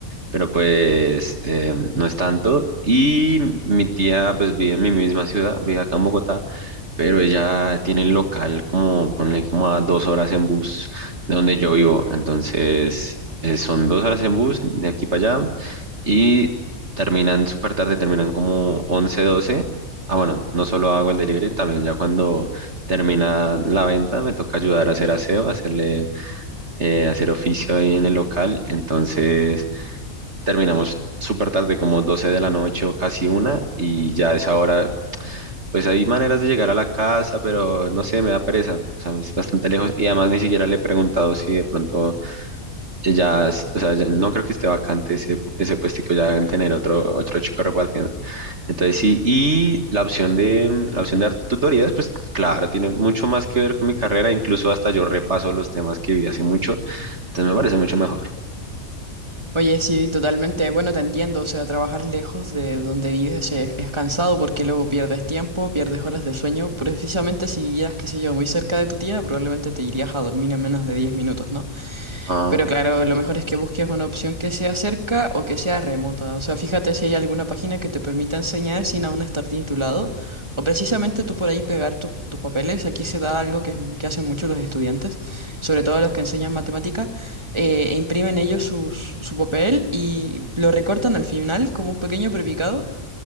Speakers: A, on the right; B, on the right.
A: pero pues eh, no es tanto. Y mi tía pues vive en mi misma ciudad, vive acá en Bogotá, pero ella tiene el local como, ponle como a dos horas en bus de donde yo vivo. Entonces eh, son dos horas en bus de aquí para allá y terminan súper tarde, terminan como 11 doce Ah, bueno, no solo hago el delivery, también ya cuando termina la venta me toca ayudar a hacer aseo, hacerle, eh, hacer oficio ahí en el local. Entonces, terminamos súper tarde, como 12 de la noche o casi una, y ya a esa hora, pues hay maneras de llegar a la casa, pero no sé, me da pereza, o sea, es bastante lejos, y además ni siquiera le he preguntado si de pronto ya, es- o sea, ya no creo que esté vacante ese, ese puestico, ya deben tener otro, otro chico repartiendo. Entonces sí, y la opción de, la opción de dar tutorías, pues claro, tiene mucho más que ver con mi carrera, incluso hasta yo repaso los temas que vi hace mucho, entonces me parece mucho mejor.
B: Oye, sí, totalmente. Bueno, te entiendo. O sea, trabajar lejos de donde vives es, es cansado porque luego pierdes tiempo, pierdes horas de sueño. Precisamente si vivieras, qué sé yo, muy cerca de tu tía, probablemente te irías a dormir en menos de 10 minutos, ¿no?
A: Ah,
B: Pero claro, lo mejor es que busques una opción que sea cerca o que sea remota. O sea, fíjate si hay alguna página que te permita enseñar sin aún estar titulado. O precisamente tú por ahí pegar tus, tus papeles. Aquí se da algo que, es- que hacen muchos los estudiantes, sobre todo los que enseñan matemática. eh, e imprimen ellos sus- su papel y lo recortan al final como un pequeño prepicado